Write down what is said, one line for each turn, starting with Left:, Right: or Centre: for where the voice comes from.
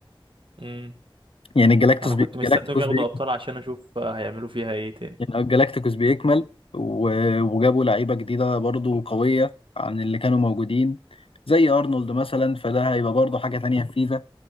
Right: امم
Left: يعني الجلاكتوس
Right: انا
Left: بي...
Right: كنت مستنيهم
Left: جلاكتيكوس
Right: ياخدوا
Left: بي...
Right: ابطال عشان اشوف هيعملوا فيها ايه تاني
Left: يعني الجلاكتيكوس بيكمل و... وجابوا لعيبة جديدة برضو قوية عن اللي كانوا موجودين زي أرنولد مثلا فده هيبقى برضو حاجة تانية في فيفا